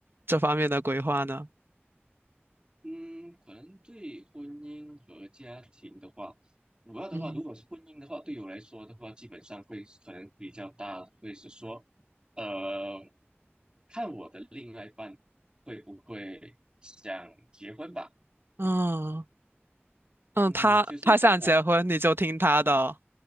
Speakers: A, on the right (about 60°); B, on the right (about 25°).
A: 这方面的规划呢？
B: 嗯，可能对婚姻和家庭的话，主要的话，
A: 嗯
B: 如果是婚姻的话，对我来说的话，基本上会可能比较大，会是说，呃，看我的另外一半会不会想结婚吧。
A: 嗯。嗯，
B: 嗯，
A: 他他想结婚你就听他的哦，
B: 就是诶，我